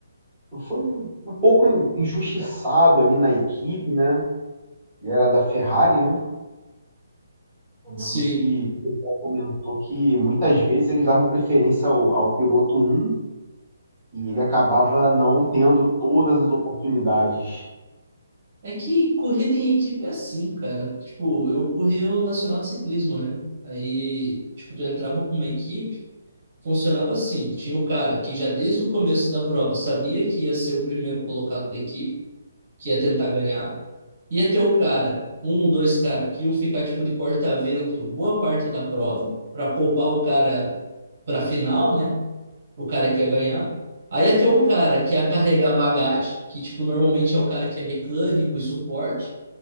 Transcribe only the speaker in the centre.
foi um um pouco injustiçado ali na equipe, né? Ele era da Ferrari, né? Eu lembro
que o pessoal comentou que muitas vezes eles davam preferência ao, ao piloto um e ele acabava não tendo todas as oportunidades.